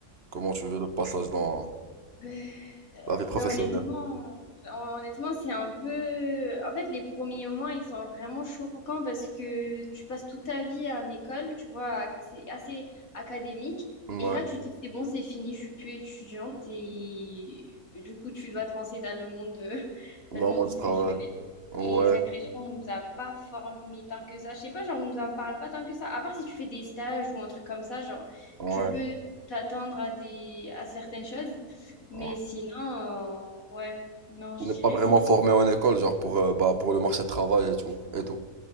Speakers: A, on the right; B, on the left.
A: Comment tu vis le passage dans
B: <laughs> Ben,
A: la vie professionnelle?
B: honnêtement, hon- honnêtement, c'est un peu... En fait, les premiers moments, ils sont vraiment choquants parce que tu passes toute ta vie à une école, tu vois, c'est assez académique.
A: Ouais,
B: Et là, tu te dis, c'est bon, c'est fini, je suis plus étudiante. Et ben, du coup, tu dois te lancer dans le monde, euh, <laughs>
A: dans
B: dans le monde
A: le monde
B: professionnel.
A: du travail. Ouais,
B: Et j'ai l'impression qu'on nous a pas formés tant que ça. Je sais pas, genre, on nous en parle pas tant que ça. À part si tu fais des stages ou un truc comme ça, genre,
A: ouais,
B: tu peux t'attendre à des, à certaines choses. Mais
A: ouais.
B: sinon, euh, ouais, non, je
A: On n'est
B: dirais
A: pas vraiment
B: c'est... ça.
A: formé en école, genre pour, euh, bah, pour le marché du travail et tout, et tout.